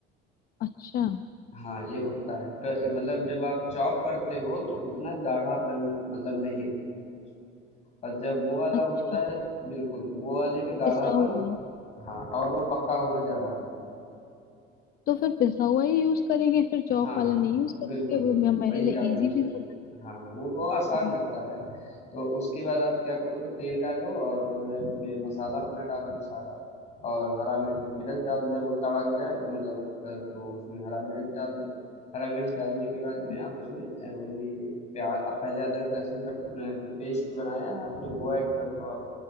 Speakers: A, on the left; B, on the left.
A: अच्छा
B: है हाँ ये होता है तो ये मतलब जब आप चॉप करते हो तो उतना गाढ़ापन मतलब नहीं रहता है उसमें। और जब वो वाला
A: अच्छा
B: होता है बिल्कुल वो वाले में गाढ़ापन
A: पिसा हुआ
B: हाँ और वो पका हुआ ज्यादा होता है
A: तो फिर पिसा हुआ ही यूज करेंगे फिर चॉप
B: हाँ
A: वाला
B: हाँ
A: नहीं यूज करेंगे
B: बिल्कुल बिल्कुल
A: वो मैं मेरे
B: वही
A: लिए
B: आप
A: इजी
B: यूज़
A: भी
B: करो
A: ज्यादा
B: हाँ वो वो आसान
A: हम्म
B: रहता है तो उसके बाद आप क्या करोगे तेल डालो और जो है उसमें मसाला अपना डाल दो सारा और हरा मिर्च मिर्च डाल जब वो तड़क जाए मतलब अ, तो उसमें हरा मिर्च डाल दो हरा मिर्च डालने के बाद में
A: हम्म,
B: आप उसमें अ, वही प्याज पहले अदरक लहसुन का अ, जो पेस्ट बनाया है आपने वो ऐड कर दो आप